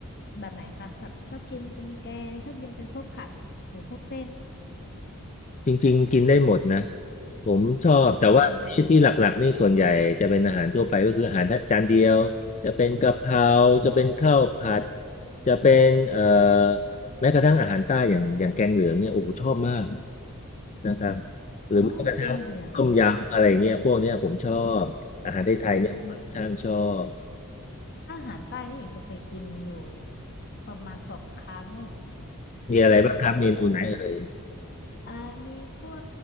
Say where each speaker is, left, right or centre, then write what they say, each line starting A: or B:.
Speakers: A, on the left (about 50°); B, on the left (about 35°).
A: แบบไหนคะแบบชอบกินเป็นแกงชอบกินเป็นพวกผัดหรือพวกเส้น
B: จริงๆกินได้หมดนะผมชอบแต่ว่าที่ที่หลักๆนี่ส่วนใหญ่จะเป็นอาหารทั่วไปก็คืออาหารจานเดียวจะเป็นกะเพราจะเป็นข้าวผัด
A: อืม
B: จะเป็นเอ่อแม้กระทั่งอาหารใต้อย่างอย่างแกงเหลืองเนี่ยโอ้โหชอบมาก นะครับหรือแม้กระทั่งต้มยำอะไรเงี้ยพวกเนี้ยผมชอบอาหารไทยๆเนี่ยผมช่างชอบ
A: โอ้แกงเหลืองแต่ว่าอืมอาหารใต้นี่หญิงจะเคยกินอยู่ประมาณสองครั้ง
B: มีอะไรบ้างครับเมนูไหนเอ่ย
A: แกงเหลืองนี่ก็เคยกินอ่ามีคั่ว